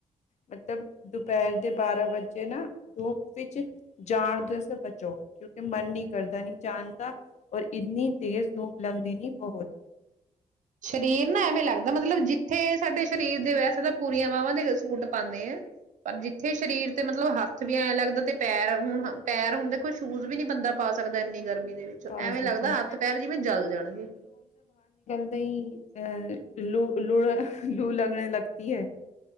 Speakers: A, on the left (about 55°); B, on the right (about 65°).
A: ਮਤਲਬ ਦੁਪਹਿਰ ਦੇ ਬਾਰਾਂ ਵਜੇ ਨਾ ਧੂਪ ਵਿੱਚ ਜਾਣ ਤੋ ਸ ਬਚੋ। ਮਨ ਨਈ ਕਰਦਾ ਨੀ ਜਾਨਦਾ, ਔਰ ਇਤਨੀ ਤੇਜ਼ ਧੂੰਪ ਲੰਗਦੀ ਨੀ ਬਹੁਤ।
B: ਸਰੀਰ ਨਾ ਐਵੇਂ ਲੱਗਦਾ ਮਤਲਬ ਜਿੱਥੇ ਸਾਡੇ ਸਰੀਰ ਦੇ ਵੈਸੇ ਤਾਂ ਪੂਰੀਆਂ ਬਾਹਵਾਂ ਦੇ ਸੂਟ ਪਾਨੇਂ ਆਂ, ਪਰ ਜਿੱਥੇ ਸਰੀਰ ਤੇ ਮਤਲਬ ਹੱਥ ਵੀ ਐਵੇਂ ਲੱਗਦਾ ਤੇ ਪੈਰ ਹੁਣ, ਪੈਰ ਹੁਣ ਦੇਖੋ ਸ਼ੂਜ਼ ਵੀ ਨੀ ਬੰਦਾ ਪਾ ਸਕਦਾ, ਇੰਨੀ ਗਰਮੀ ਦੇ ਵਿੱਚ।
A: ਪਾ
B: ਐਵੇਂ
A: ਸਕਦਾ
B: ਲੱਗਦਾ ਹੱਥ ਪੈਰ ਜਿਵੇਂ ਜਲ ਜਾਣਗੇ।
A: ਦਈ ਅ ਲੂ ਲੂਣਾ, ਲੂ ਲਗਣੇ ਲਗਤੀ ਹੈ।